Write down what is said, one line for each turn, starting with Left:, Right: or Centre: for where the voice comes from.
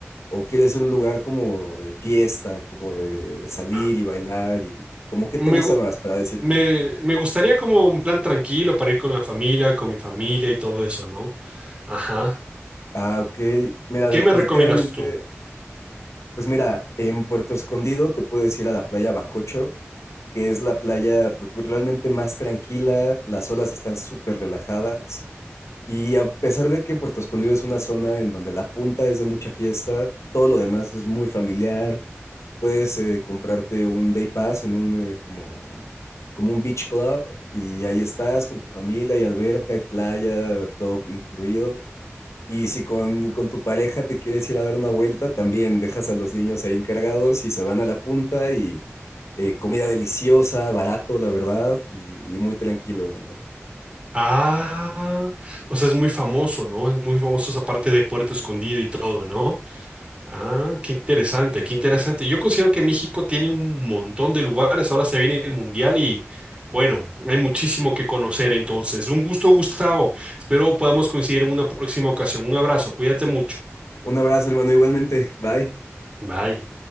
Left: o quieres ir a un lugar como de fiesta, como de, de salir
Right: Ah,
Left: y bailar y como qué
Right: Me,
Left: te gusta
Right: gu-
Left: más para decirte.
Right: me, me gustaría como un plan tranquilo para ir con la familia, con mi familia y todo eso, ¿no? Ajá.
Left: Ah, ok. Mira,
Right: ¿Qué
Left: definitivamente,
Right: me recomiendas tú?
Left: pues mira, en Puerto Escondido te puedes ir a la playa Bacocho, que es la playa pues realmente más tranquila, las olas están súper relajadas y a pesar de que Puerto Escondido es una zona en donde la punta es de mucha fiesta, todo lo demás es muy familiar, Puedes eh, comprarte un day pass en un eh, como, como un beach club y ahí estás con tu familia, y alberca, y playa, todo incluido. Y si con, con tu pareja te quieres ir a dar una vuelta, también dejas a los niños ahí encargados y se van a la punta y eh, comida deliciosa, barato, la verdad, y, y muy tranquilo, hermano.
Right: Ah, o sea, es muy famoso, ¿no? Es muy famoso esa parte de Puerto Escondido y todo, ¿no? Ah, qué interesante, qué interesante. Yo considero que México tiene un montón de lugares. Ahora se viene el Mundial y bueno, hay muchísimo que conocer entonces. Un gusto, Gustavo. Espero podamos coincidir en una próxima ocasión. Un abrazo, cuídate mucho.
Left: Un abrazo, hermano, igualmente. Bye.
Right: Bye.